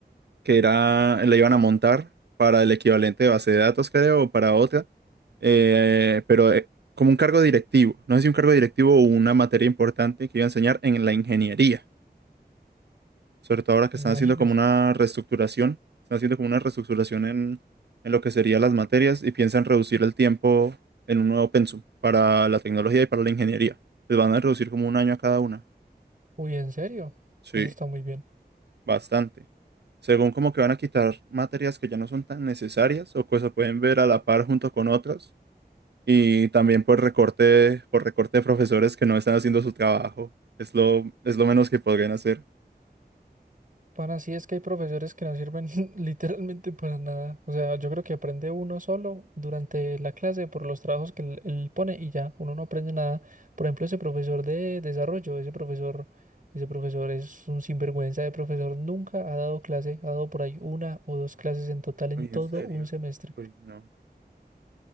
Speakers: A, on the right; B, on the right.
A: que era, la iban a montar para el equivalente de base de datos, creo, o para otra, eh, pero eh, como un cargo directivo, no sé si un cargo directivo o una materia importante que iba a enseñar en la ingeniería, sobre todo ahora que
B: imagínense.
A: están haciendo como una reestructuración, están haciendo como una reestructuración en, en lo que serían las materias y piensan reducir el tiempo en un nuevo pensum para la tecnología y para la ingeniería. Les van a reducir como un año a cada una.
B: Uy, ¿en serio?
A: Sí.
B: Eso está muy bien.
A: bastante. Según como que van a quitar materias que ya no son tan necesarias o que se pueden ver a la par junto con otras. Y también por recorte, por recorte de profesores que no están haciendo su trabajo. Es lo, es lo menos que podrían hacer.
B: Para así es que hay profesores que no sirven <laughs> literalmente para nada. O sea, yo creo que aprende uno solo durante la clase por los trabajos que él, él pone y ya, uno no aprende nada. Por ejemplo, ese profesor de desarrollo, ese profesor, ese profesor es un sinvergüenza de profesor, nunca ha dado clase, ha dado por ahí una o dos clases en total en
A: Uy,
B: todo
A: ¿en serio?
B: un semestre.
A: Uy, no.